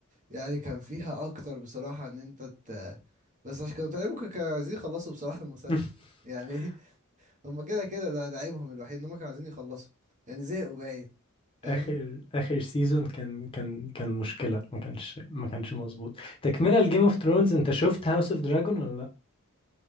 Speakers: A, on the right (about 35°); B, on the left (about 25°).
A: يعني كان فيها اكتر بصراحه ان انت ت... بس عشان كانوا تقريبا ممكن كانوا عايزين يخلصوا بصراحه المسلسل
B: <laughs>
A: يعني <laughs> هما كده كده ده ده عيبهم الوحيد ان هما كانوا عايزين يخلصوا يعني زهقوا باين فاهم
B: اخر اخر سيزون كان كان كان مشكلة ما كانش ما كانش مظبوط تكملة لجيم اوف ثرونز انت شفت هاوس اوف دراجون ولا لا